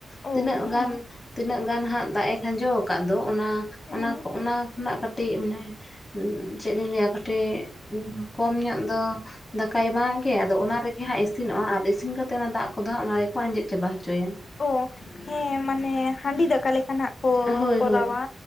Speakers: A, on the left; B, on the left.
A: ᱛᱤᱱᱟᱹᱜ
B: ᱚ ᱦᱮᱸ
A: ᱜᱟᱱ ᱛᱤᱱᱟᱹᱜ ᱜᱟᱱ ᱦᱟᱸᱜ ᱫᱟᱜ ᱮ ᱠᱷᱟᱸᱡᱚ ᱟᱠᱟᱫ ᱫᱚ ᱚᱱᱟ
B: ᱦᱮᱸ
A: ᱚᱱᱟ ᱚᱱᱟ ᱠᱷᱚᱱᱟᱜ ᱠᱟᱹᱴᱤᱡ ᱢᱟᱱᱮ ᱪᱮᱫ ᱤᱧ ᱞᱟᱹᱭᱟ ᱠᱟᱹᱴᱤᱡ ᱠᱚᱢ ᱧᱚᱜ ᱫᱚ ᱫᱟᱠᱟᱭ ᱮᱢᱟ ᱦᱮᱸ ᱟᱫᱚ ᱚᱱᱟ ᱨᱮᱜᱮ ᱦᱟᱸᱜ ᱤᱥᱤᱱᱚᱜᱼᱟ ᱟᱨ ᱤᱥᱤᱱ ᱠᱟᱛᱮ ᱚᱱᱟ ᱫᱟᱜ ᱠᱚᱫᱚ ᱦᱟᱸᱜ ᱚᱱᱟ ᱜᱮᱠᱚ ᱟᱸᱡᱮᱫ ᱪᱟᱵᱟ ᱦᱚᱪᱚᱭᱟ᱾
B: ᱚ ᱦᱮᱸ ᱢᱟᱱᱮ ᱦᱟᱺᱰᱤ ᱫᱟᱠᱟ ᱞᱮᱠᱟᱱᱟᱜ ᱠᱚ
A: ᱦᱳᱭ
B: ᱠᱚᱨᱟᱣᱟ᱾
A: ᱦᱳᱭ